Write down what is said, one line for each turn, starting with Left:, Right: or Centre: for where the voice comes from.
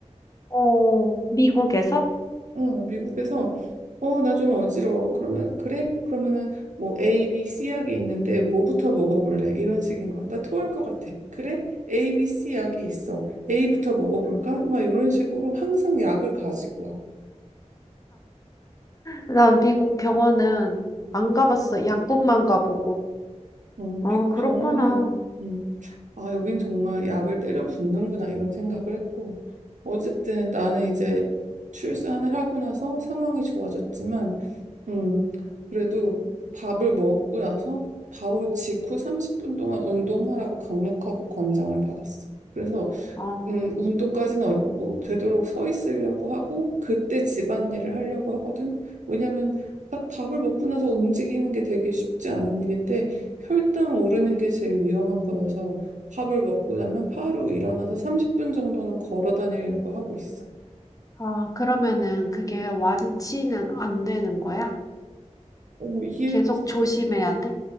Left: 어, 미국에서?
Right: 어, 미국에서 어, 나 좀 어지러워. 그러면 그래? 그러면은 뭐 A, B, C 약이 있는데 뭐부터 먹어볼래? 이런 식인 거야. 나 토할 것 같아. 그래? A, B, C 약이 있어. A부터 먹어볼까? 막 이런 식으로 항상 약을 가지고 와.
Left: 난 미국 병원은 안 가봤어. 약국만 가보고.
Right: 어,
Left: 어,
Right: 미국
Left: 그렇구나.
Right: 병원은 음, 아 여긴 정말 약을 때려 붓는구나 이런 생각을 했고 어쨌든 나는 이제 출산을 하고 나서 상황이 좋아졌지만 음, 그래도 밥을 먹고 나서 바로 직후 30분 동안 운동하라고 강력하게 권장을 받았어. 그래서
Left: 아,
Right: 음, 운동까지는 어렵고 되도록 서 있으려고 하고 그때 집안일을 하려고 하거든. 왜냐면 딱 밥을 먹고 나서 움직이는 게 되게 쉽지 않은 일인데 혈당 오르는 게 제일 위험한 거여서 밥을 먹고 나면 바로 일어나서 30분 정도는 걸어 다니려고 하고 있어.
Left: 아, 그러면은 그게 완치는 안 되는 거야?
Right: 오, 이게
Left: 계속 조심해야 돼?